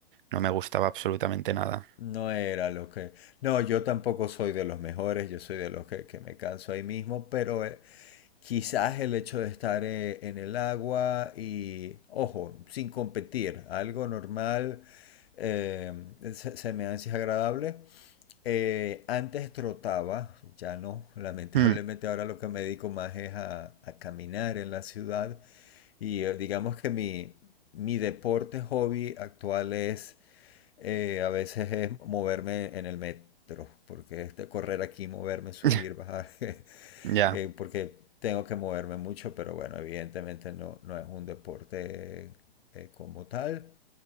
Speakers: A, on the right; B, on the left.
A: no me gustaba absolutamente nada.
B: no era lo que, no, yo tampoco soy de los mejores, yo soy de los que, que me canso ahí mismo, pero eh, quizás el hecho de estar eh, en el agua y, ojo, sin competir, algo normal, eh, se, se me hace agradable. Eh, antes trotaba, ya no, <laughs> lamentablemente
A: Hmm,
B: ahora lo que me dedico más es a, a caminar en la ciudad y eh, digamos que mi, mi deporte hobby actual es eh, a veces es moverme en el metro, porque es de correr aquí, moverme, subir,
A: <laughs>
B: bajar, <laughs>
A: ya.
B: eh, porque tengo que moverme mucho, pero bueno, evidentemente no, no es un deporte eh, como tal.